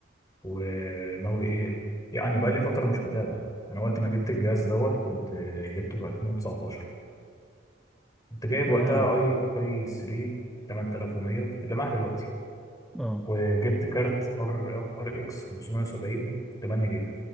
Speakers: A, on the left; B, in the centre.
A: وناوي ايه يعني بقالي فترة مش متابع انا وقت ما جبت الجهاز دوت كنت جبته في 2019 كنت جايب
B: <laughs>
A: وقتها
B: اه
A: اي اي 3 8100 اللي معايا دلوقتي
B: اه
A: وجبت كارت ار ار اكس 570 8 جيجا